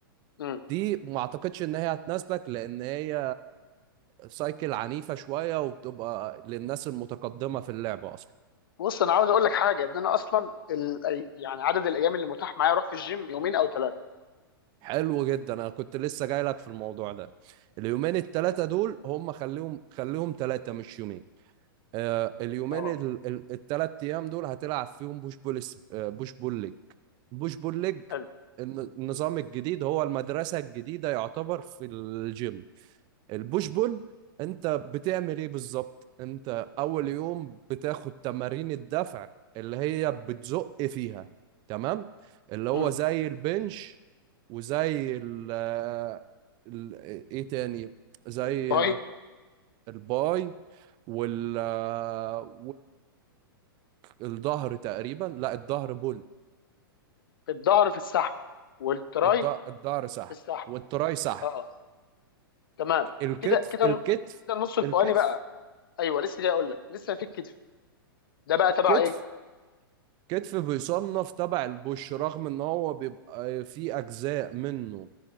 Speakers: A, on the left; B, on the right.
A: امم
B: دي ما اعتقدش ان هي هتناسبك لان هي سايكل عنيفة شوية وبتبقى للناس المتقدمة في اللعبة اصلا
A: بص انا عاوز اقول لك حاجه ان انا اصلا ال... أي- يعني عدد الايام اللي متاح معايا اروح في الجيم يومين او ثلاثه
B: حلو جدا انا كنت لسه جاي لك في الموضوع ده اليومين التلاتة دول هم خليهم خليهم تلاتة مش يومين آه اليومين
A: اه
B: ال- ال- التلات ايام دول هتلعب فيهم بوش بول اس- آه، بوش بول ليج بوش بول ليج
A: حلو
B: الن- النظام الجديد هو المدرسة الجديدة يعتبر في الجيم البوش بول انت بتعمل ايه بالظبط انت اول يوم بتاخد تمارين الدفع اللي هي بتزق فيها تمام اللي هو
A: امم
B: زي البنش وزي ال آه، ال- ايه تاني زي
A: الباي
B: الباي وال آه، والظهر تقريبا لا الظهر بول
A: الظهر في السحب والتراي
B: الض- الظهر سحب
A: في السحب
B: والتراي سحب
A: اه تمام
B: والكتف
A: كده كده
B: الكتف
A: كده النص الفوقاني
B: الكتف
A: بقى ايوه لسه جاي اقول لك لسه في الكتف ده بقى
B: الكتف
A: تبع ايه
B: كتف بيصنف تبع البوش رغم ان هو بيبقى في اجزاء منه